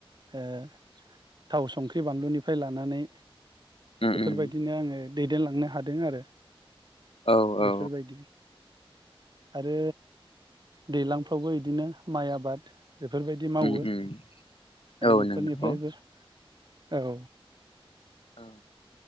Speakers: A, on the right; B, on the left.
A: ओ थाव संख्रि बानलुनिफ्राय लानानै।
B: उम
A: बेफोरबायदिनो
B: उम
A: आङो। दैदेनलांनो हादों आरो।
B: औ
A: बेफेर
B: औ
A: बायदि। आरो दैलांफ्रावबो इदिनो। माइ आबाद। बेफोरबायदि मावो
B: उम उम
A: आरो
B: औ
A: बेफोरनिफ्रायबो।
B: नंगौ
A: औ।
B: औ